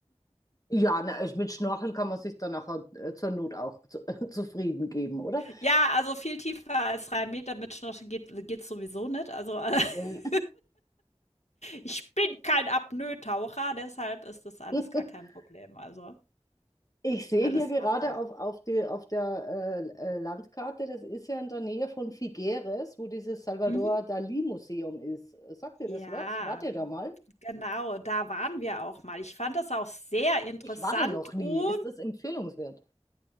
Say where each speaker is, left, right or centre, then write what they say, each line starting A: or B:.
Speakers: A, on the left (about 30°); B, on the left (about 85°).
A: Ja, na, ich- mit Schnorcheln kann man sich dann nachher äh, zur Not auch zu, <laughs> zufrieden geben, oder?
B: Ja, also viel tiefer als 3 Meter mit Schnorchel geht geht's sowieso nicht. Also, äh, <laughs>
A: Ja.
B: ich bin kein Apnoe-Taucher, deshalb ist das alles
A: <laughs>
B: gar kein Problem. Also,
A: Ich sehe
B: alles
A: hier gerade
B: machbar.
A: auf, auf, die, auf der äh, äh, Landkarte, das ist ja in der Nähe von Figueres, wo dieses Salvador
B: Mhm.
A: Dalí Museum ist. Sagt ihr
B: Ja,
A: das was? Wart ihr da mal?
B: genau, da waren wir auch mal. Ich fand das auch sehr interessant
A: Ich war da noch nie.
B: und
A: Ist das empfehlenswert?